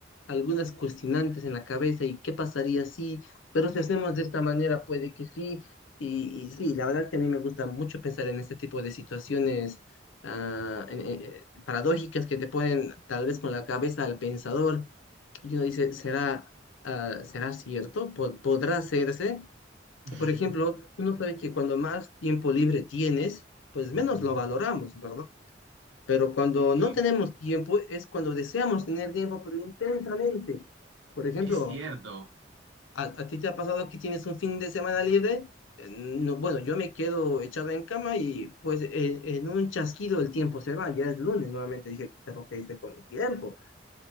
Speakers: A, on the left (about 80°); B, on the right (about 75°).
A: algunas cuestionantes en la cabeza y qué pasaría si, pero si hacemos de esta manera, puede que sí. Y, y sí, la verdad es que a mí me gusta mucho pensar en este tipo de situaciones ah, en- eh, paradójicas que te ponen tal vez con la cabeza al pensador y uno dice, ¿será, ah, ¿será cierto? ¿Po- ¿Podrá hacerse?
B: <laughs>
A: Por ejemplo, uno sabe que cuando más tiempo libre tienes, pues menos lo valoramos, ¿verdad? Pero cuando
B: Sí,
A: no tenemos tiempo es cuando deseamos tener tiempo, pero intensamente. Por ejemplo,
B: es cierto,
A: ¿a, a ti te ha pasado que tienes un fin de semana libre? Eh, No, bueno, yo me quedo echada en cama y pues eh, en un chasquido el tiempo se va. Ya es lunes nuevamente. Dije, pero ¿qué hice con mi tiempo?